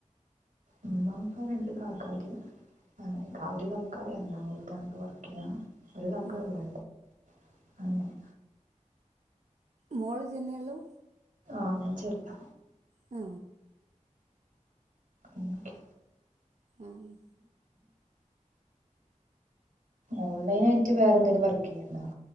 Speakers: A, on the right (about 80°); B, on the right (about 60°).
A: ഇമ്മാ ഇപ്പാ രണ്ട് കാക്കാര്. ആ ഒരു കാക്ക എറണാകുളംത്ത് ആ വർക്ക് ചെയ്യാണ്. ഒരുകാക്ക
B: ആഹ്
A: ഇവിടെണ്ട് അങ്ങനെ.
B: മോള് ഇജ് നെയെഒള്ളു.
A: ആ ഞാൻ ചെറുതാ.
B: ആ.
A: ഉം കേ.
B: ആഹ്
A: ഓൺലൈൻ ആയിട്ട് വേറെന്തെങ്കിലും വർക്ക് ചെയ്യ്ണ്ടോ?